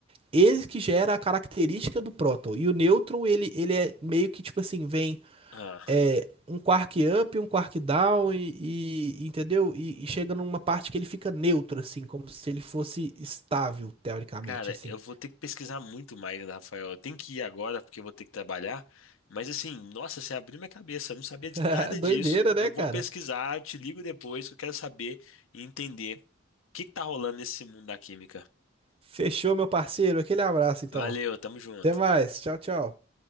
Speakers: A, on the right (about 25°); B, on the left (about 80°).
A: ele que gera a característica do próton. E o nêutron, ele, ele é meio que tipo assim, vem
B: Ah.
A: é, um quark up, um quark down, e, e- entendeu? E, e chega numa parte que ele fica neutro, assim, como se ele fosse estável, teoricamente,
B: Cara,
A: assim.
B: eu vou ter que pesquisar muito mais, né, Rafael. Eu tenho que ir agora porque eu vou ter que trabalhar. Mas assim, nossa, você abriu minha cabeça. Eu não sabia de
A: <laughs>
B: nada
A: Doideira,
B: disso.
A: né,
B: Eu
A: cara?
B: vou pesquisar, eu te ligo depois, que eu quero saber e entender o que que tá rolando nesse mundo da química.
A: Fechou, meu parceiro. Aquele abraço, então.
B: Valeu, tamo junto.
A: Até mais. Tchau, tchau.